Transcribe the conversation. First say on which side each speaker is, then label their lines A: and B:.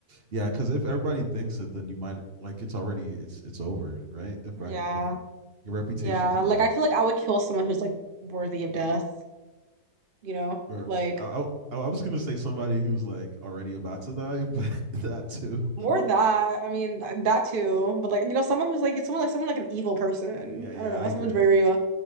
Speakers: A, on the right; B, on the right.
A: yeah, because if everybody thinks it, then you might like it's already it's it's over, right? If
B: Yeah.
A: if your reputation
B: Yeah.
A: is done,
B: Like I feel like I would kill someone who's like worthy of death. you know,
A: or
B: like
A: I, I, I was gonna say somebody who's like already about to die, but <laughs> that too. <laughs>
B: or that. I mean, th- that too. But like, you know, someone who's like someone like someone like an evil person.
A: yeah, yeah,
B: I don't know.
A: I agree.
B: Someone's very, very evil.